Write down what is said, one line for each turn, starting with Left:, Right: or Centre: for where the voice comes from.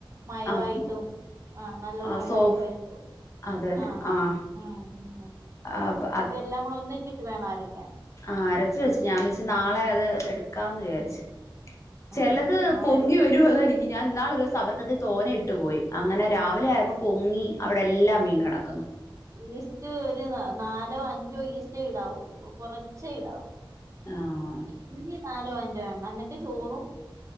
Right: മയമായിട്ടും
Left: ആഹ്
Right: ആ നല്ലോണം
Left: ആഹ്
Right: ഇതായിട്ട്
Left: സോഫ്
Right: വരുത്തൂ
Left: അതന്നെ
Right: ആഹ
Left: ആഹ്
Right: ഉ ഉ
Left: അപ്പ
Right: ഇതെല്ലാം കൂടെ ഒന്നിച്ചിട്ട് വേണം ആരൊക്കെയൻ
Left: ആ്രച്ച വെച്ച ഞാൻ വിള നാളെ അത് എടു വിചാരി ചിലത്
Right: ആഹ് നാളെ
Left: പൊങ്ങി വരുംതായിനിക്ക് ഞാൻ ഇാളൊരു സ മത്തി തോനെ ഇട്ടു പോയി അങ്ങനെ രാവിലെ ആയപ്പോ പൊങ്ങി അവിടെ എല്ലാം വീണ് കെടക്കുന്നു
Right: ലസ്റ്റ് വരുന്നാ നാലോ അഞ്ചോ ഈസ്റ്റോ ഇടാവും കുറച്ച ഇടാവും
Left: ആഹ്
Right: ഇ നാലോ അഞ്ചോ വേണം എന്നിട്ട് ചോറും